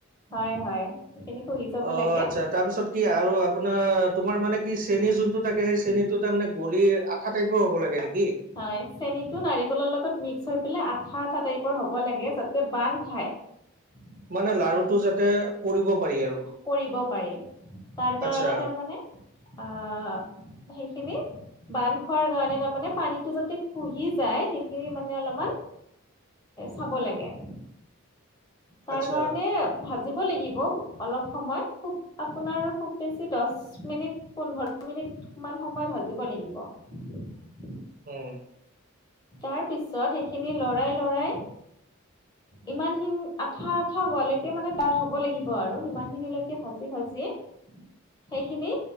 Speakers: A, on the left (about 20°); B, on the right (about 40°).
A: হয় হয় সেইখিনি শুহি যাব
B: অ
A: লাগে
B: আচ্ছা তাৰপিছত কি আৰু আপোনাৰ তোমাৰ মানে কি চেনী যোনটো থাকে সেই চেনীটো তাৰে গলি আঠ টাইপৰ হ'ব লাগে নেকি?
A: হয় চেনীতটো নাৰিকলৰ লগত মিক্স হৈ পাই আঠা আঠা টাইপৰ হ'ব লাগে যাতে বান খায় ।
B: মানে লাৰুটো যাতে কৰিব পাৰি আৰু
A: কৰিব পাৰি । তাৰ কাৰণে
B: আচ্ছা
A: তাৰমানে আহ সেইখিনি বান্ধ খোৱাৰ কাৰণে তাৰমানে পানীতটো যাতে খুহি যায় সেইখিনি মানে অলপমান চাব লাগে । তাৰ
B: আচ্ছা
A: কাৰণে ভ দিব লাগিব অলপ সময় খুব আপোনাৰ খুব বেছি দহ মিনিট পোন্ধৰ মিনিট সিমান সময় ভাজিব লাগিব ।
B: উম,
A: তাৰ পিছত সেইখিনি লৰাই লৰাই ইমান খিনি আঠা আঠা হোৱালৈকে মানে ডাঠ হব লাগিব আৰু ইমান খিনিলৈকে ভাজি ভাজি সেইখিনি